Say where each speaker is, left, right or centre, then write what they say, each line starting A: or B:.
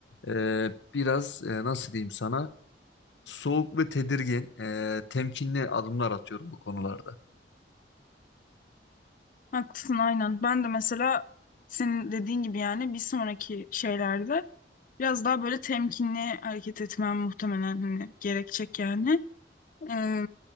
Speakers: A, on the left; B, on the left.
A: e, biraz e, nasıl diyeyim sana soğuk ve tedirgin, e, temkinli adımlar atıyorum bu konularda.
B: Haklısın aynen. Ben de mesela senin dediğin gibi yani bir sonraki şeylerde biraz daha böyle temkinli hareket etmem muhtemelen hani gerekecek yani. Ee,